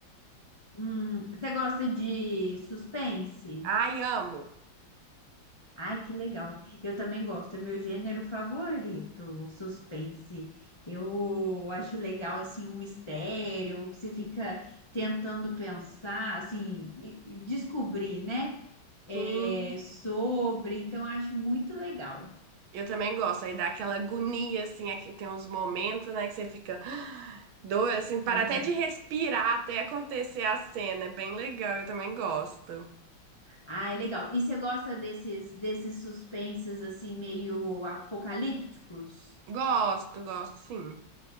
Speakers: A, on the left; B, on the right.
A: Hum, você gosta de suspense?
B: Ai, amo.
A: Ai, que legal. Eu também gosto. É meu gênero favorito, o suspense. Eu acho legal, assim, um mistério, que você fica tentando pensar, assim, e- e descobrir, né? É,
B: Sim,
A: sobre. Então, eu acho muito legal.
B: eu também gosto. Aí dá aquela agonia assim, aqui tem uns momentos, né, que você fica <gasps> ah, doido assim, para
A: É,
B: até de respirar até acontecer a cena. É bem legal, eu também gosto.
A: Ah, é legal. E você gosta desses, desses suspenses assim meio apocalípticos?
B: Gosto, gosto, sim.